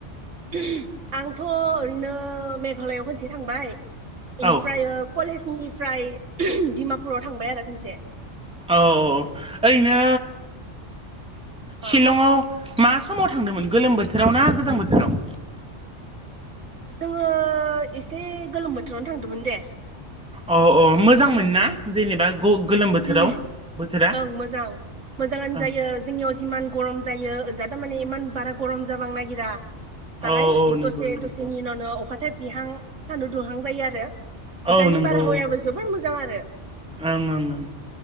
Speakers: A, on the right; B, in the centre.
A: उमह आंथ' ओरैनो मेघालयआव खनसे थांबाय बेनिफ्राय
B: औ
A: ओ कलेज निफ्राय उमह डिमापुराव थांबाय आरो खोनसे
B: औ औ ओरैनो
A: अ
B: शिलंङाव मा समाव थांदोंमोन गोलोम बोथोराव ना गोजां बोथोराव?
A: जोंङो एसे गोलोम बोथोरावनो थांदोंमोन दे।
B: अ औ मोजां मोन ना? जेनेबा गोलोम बोथोराव
A: उम
B: बोथोरा
A: ओं मोजां मोजांङानो
B: ओं
A: जायो जोंनियाव जिमान गरम जायो ओजाथ'माने इमान बारा गरम जाबां नागिर बांङाय
B: औ औ नंगौ
A: दसे
B: नंगौ
A: दसेनि उनावनो अखा थायफ्रिहां सान्दुं दुंहां जायो आरो
B: औ
A: ओजानि
B: नंगौ
A: बारहावायाबो
B: ओं
A: जोबोर मोजां आरो
B: ओं ओं ओं